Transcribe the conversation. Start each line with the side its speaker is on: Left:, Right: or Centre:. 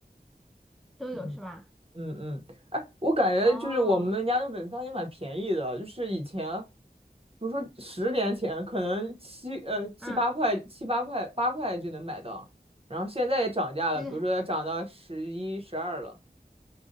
Centre: 都有是吧？
Right: 嗯。嗯嗯，哎，我感觉就是我们家的粉汤也蛮便宜的，
Centre: 哦，
Right: 就是以前，比如说十年前，可能七呃七八块、
Centre: 嗯。
Right: 七八块、八块就能买到，然后现在也涨价了，
Centre: 就是
Right: 比如说要涨到十一、十二了，